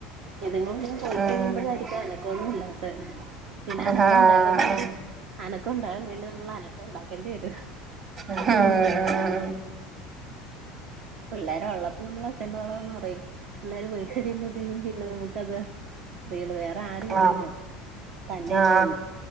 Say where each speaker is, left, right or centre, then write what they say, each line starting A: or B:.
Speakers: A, on the right; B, on the right.
A: ഇതുങ്ങള് ഇനി പോയി
B: ഉം
A: കഴിയുമ്പോഴായിരിക്കും അന ക്കവൊന്നുമില്ലാത്തത് പിന്നെ
B: ആ
A: അനക്കം
B: ആ
A: ഉണ്ടാകാൻ വേണ്ടി അനക്കം ഉണ്ടാകാൻ വേണ്ടി നമ്മൾ അനക്കം ഉണ്ടാക്കേണ്ടി വരും
B: ഹം
A: പിള്ളേര് ഒള്ളപ്പം നമ്മള് ഒച്ചയും ബഹളവാന്ന് പറയും പിള്ളേര് പോയി കഴിയുമ്പോത്തേക്കും പിന്നെ നമുക്കത് ഇതേയുള്ളു വേറെ ആരും ഇല്ലല്ലോ
B: ആ
A: തന്നെയല്ലേ
B: ആ
A: ഉള്ളു